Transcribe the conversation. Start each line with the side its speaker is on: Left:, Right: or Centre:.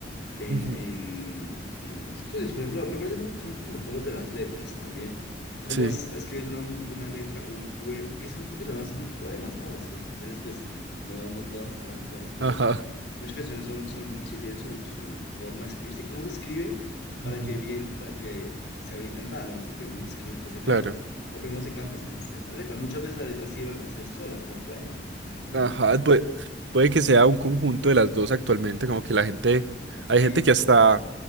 Left: en,
Right: Ujú.
Left: en, en estudios. Por ejemplo, me parece muy impresionante sobre todo los de las letras también. Cómo
Right: Sí.
Left: es- escribes una, mu- una letra, un poema, porque eso es lo que son más muy poemas, ¿no? Las las canciones, pues, no, no todas las actuales, pero
Right: Ajá.
Left: muchas canciones son, son, sí, tienen su, su forma de escribirse. ¿Cómo se escribe para
Right: Ujú.
Left: que bien, para que sea bien cantada? No sé si primero se escribe, después se canta,
Right: Claro.
Left: o primero se canta y se inserta la letra. Muchas veces la letra sí de verdad se hace sola, como poema, prácticamente.
Right: Ajá. Puede, puede que sea un conjunto de las dos actualmente, como que la gente... Hay
Left: Sí,
Right: gente
Left: sí,
Right: que hasta...
Left: sí.